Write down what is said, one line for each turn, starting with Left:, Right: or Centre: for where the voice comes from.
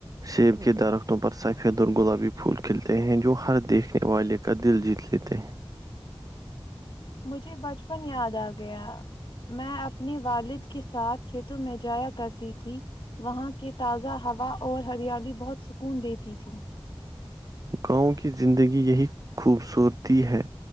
Right: سیب کے درختوں پر سفید اور گلابی پھول کھلتے ہیں جو ہر دیکھنے والے کا دل جیت لیتے
Left: مجھے بچپن یاد آ گیا میں اپنے والد کے ساتھ کھیتوں میں جایا کرتی تھی وہاں کے تازہ ہوا اور ہریالی بہت سکون دیتی تھی
Right: گاؤں کی زندگی یہی خوبصورتی ہے